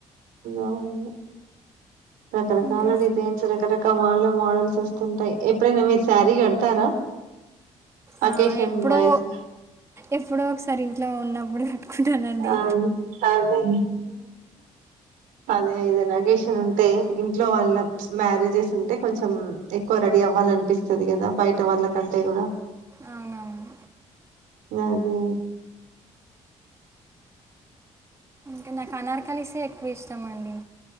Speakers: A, on the right; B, on the right.
A: అవును రకరకాల
B: ఇంకా
A: డిజైన్స్ రకరక ఇంకా వాళ్ళ మోడల్స్ వస్తుంటాయ్ ఎప్పుడైనా మీరు సారీ కడతారా
B: ఆ,
A: అకేషన్
B: ఎప్పుడో
A: వైస్గా
B: ఎప్పుడో ఒకసారి ఇంట్లో ఉన్నప్పుడు కట్టుకుంటానండి
A: అది. అదే. అదే ఏదైనా అకేషన్ ఉం టే ఇంట్లో వాళ్ళ మ్యారేజెస్ ఉంటే కొంచెం ఎక్కువ రెడీ అవ్వాలనిపిస్తది కదా బయట వాళ్ళ ళ కంటే కూడా
B: అవునవును
A: గదే
B: కాన్ నాక్ అనార్కలిసే ఎక్కువ ఇష్టం అండి